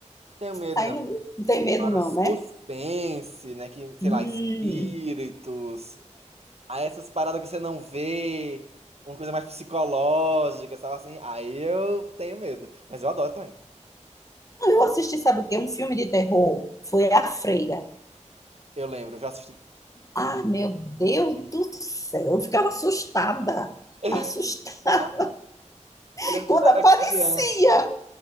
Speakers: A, on the right; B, on the left.
A: tenho medo,
B: Aí
A: não.
B: não, não tem medo
A: Agora,
B: não,
A: suspense,
B: né?
A: né? Que, sei
B: Hum.
A: lá, espíritos. Aí essas paradas que você não vê, uma coisa mais psicológica, sabe assim? Aí eu tenho medo. Mas eu adoro também.
B: Eu assisti, sabe o quê? Um filme de terror. Foi A Freira.
A: Eu lembro, eu já assisti.
B: Ah, meu Deus do céu. Eu ficava assustada.
A: <laughs>
B: Assustada
A: Ah,
B: <laughs>
A: Eu lembro
B: quando
A: quando eu
B: aparecia.
A: era criança.